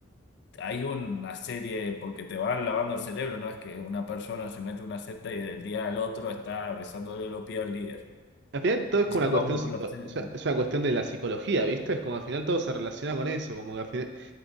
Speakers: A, on the left (about 60°); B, on the right (about 60°).
A: hay una serie, porque te van lavando el cerebro, no es que una persona se mete en una secta y del día al otro está besándole los pies al líder.
B: Al final todo es
A: Lleva
B: como una cuestión
A: un proceso.
B: psico- es una, es una cuestión de la psicología, ¿viste? Es como al final todo se relaciona con eso, como que al final,